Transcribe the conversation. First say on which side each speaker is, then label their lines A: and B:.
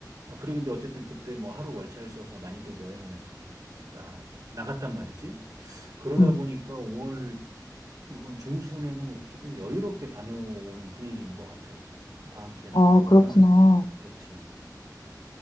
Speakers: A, on the right; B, on the left.
A: 아, 그리고 근데 어쨌든 그때 뭐 하루 월차를 써서 많이들 여행을 아, 나갔단 말이지. 그러다
B: 응.
A: 보니까 5월 이번 중순에는 조금 여유롭게 다녀오는 분위기인 것 같아. 지금 다음 주에 나가는
B: 아,
A: 거는.
B: 그렇구나.
A: 그렇지.